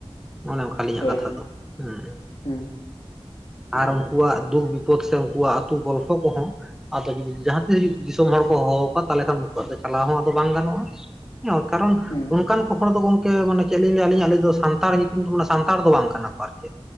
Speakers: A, in the centre; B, on the left.
A: ᱚᱱᱮ ᱚᱸᱠᱟ ᱟᱹᱞᱤᱧᱟᱜ
B: ᱦᱳᱭ᱾
A: ᱠᱟᱛᱷᱟ ᱫᱚ ᱦᱮᱸ
B: ᱦᱩᱸ
A: ᱟᱨ ᱩᱱᱠᱩᱣᱟᱜ ᱫᱩᱠ ᱵᱤᱯᱚᱫ ᱥᱮ ᱩᱱᱠᱩᱣᱟᱜ ᱟᱹᱛᱩ ᱜᱚᱞᱯᱷᱚ ᱠᱚᱦᱚᱸ ᱟᱫᱚ ᱡᱟᱦᱟᱸ ᱛᱮ ᱦᱩᱭᱩᱜ ᱫᱤᱥᱚᱢ ᱦᱚᱲ ᱠᱚ ᱦᱚᱦᱚᱣ ᱠᱚᱣᱟ ᱛᱟᱦᱚᱞᱮ ᱠᱷᱟᱱ ᱱᱩᱠᱩᱣᱟᱜ ᱫᱚ ᱪᱟᱞᱟᱣ ᱦᱚᱸ ᱟᱫᱚ ᱵᱟᱝ ᱜᱟᱱᱚᱜᱼᱟ ᱠᱟᱨᱚᱱ
B: ᱦᱩᱸ
A: ᱚᱱᱠᱟᱱ ᱠᱚ ᱦᱚᱲ ᱫᱚ ᱜᱚᱝᱠᱮ ᱢᱟᱱᱮ ᱪᱮᱫ ᱞᱤᱧ ᱞᱟᱹᱭᱟᱞᱤᱧ ᱞᱟᱹᱭ ᱫᱚ ᱥᱟᱱᱛᱟᱲ ᱧᱩᱛᱩᱢ ᱫᱚ ᱢᱟᱱᱮ ᱥᱟᱱᱛᱟᱲ ᱫᱚ ᱵᱟᱝ ᱠᱟᱱᱟ ᱠᱚ ᱟᱨ ᱪᱮᱫ